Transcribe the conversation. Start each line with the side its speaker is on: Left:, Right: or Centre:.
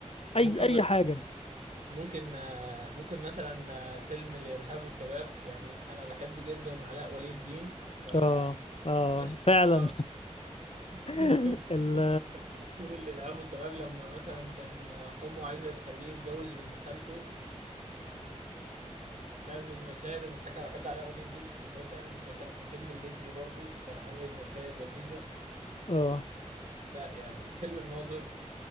Left: اي
Right: ممكن
Left: اي
Right: مثلا
Left: حاجة
Right: ممكن آه، ممكن مثلا آه، فيلم الارهاب والكباب يعني انا بحب جدا علاء ولي الدين فانت
Left: اه اه
Right: مش
Left: فعلا
Right: هتعرف. <laughs>
Left: <laughs> ال
Right: فيلم الارهاب والكباب لما مثلا كان آه، امه عايزه تخليه يتجوز بنت خالته لا من المشاهد المضحكه بحب علاء ولي الدين اساسا مثلا في فيلم الليمبي برضو كان عامل مشاهد لذيذه
Left: اه
Right: لا يعني فيلم الناظر